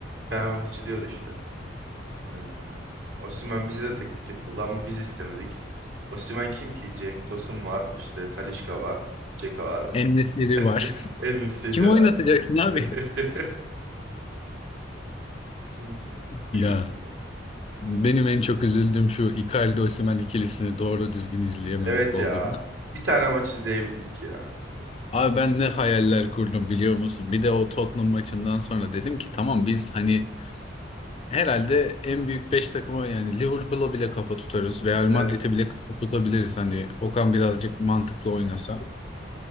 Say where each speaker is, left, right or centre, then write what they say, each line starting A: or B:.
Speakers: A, on the right (about 70°); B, on the left (about 30°).
A: Fenerbahçe diyordu işte. Ee, Osimhen bize de teklif yapıldı ama biz istemedik. Osimhen kim ki? Cenk Tosun var, işte Talisca var, Ceka var,
B: en var.
A: <laughs> El Nesiri
B: Kim oynatacaksın
A: var.
B: abi?
A: <laughs> Hmm. Şaka
B: Ya
A: gibi.
B: benim en çok üzüldüğüm şu Icardi Osimhen ikilisini doğru düzgün izleyememek
A: Evet
B: oldu.
A: ya. Bir tane maç izleyebildik ya.
B: Abi ben ne hayaller kurdum biliyor musun? Bir de o Tottenham maçından sonra dedim ki tamam biz hani herhalde en büyük 5 takıma yani Liverpool'a bile kafa tutarız. Real Madrid'e
A: Evet.
B: bile kafa tutabiliriz hani Okan birazcık mantıklı oynasa.